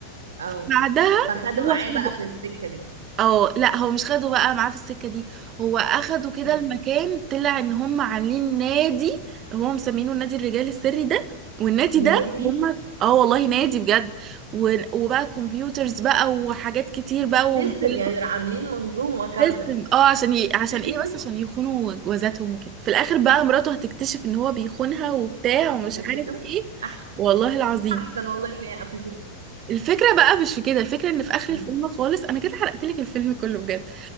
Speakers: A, on the right; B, on the right.
A: اه
B: بعدها
A: فخدوا
B: هو
A: معايا
B: خده
A: بقى في السكه دي
B: اه لا هو مش خده بقى معاه في السكة دي هو اخده كده
A: لح-
B: المكان طلع ان هم عاملين نادي هو مسمينه نادي الرجال السري ده والنادي ده
A: نادي
B: هم اه والله نادي بجد و... وبقى كمبيوترز بقى وحاجات كتير بقى وموبايلات
A: سيستم يعني راح عاملين منظومه كامله
B: سيستم اه عشان ي... عشان
A: <laughs>
B: ايه بس عشان يخونوا جوازاتهم وكده في الاخر بقى مراته هتكتشف ان هو بيخونها وبتاع ومش
A: قفشته
B: عارف ايه
A: احسن
B: والله العظيم
A: احسن والله ان هي قفشته
B: الفكرة بقى مش في كده الفكرة ان في اخر
A: أمم.
B: الفيلم خالص انا كده حرقت لك الفيلم كله بجد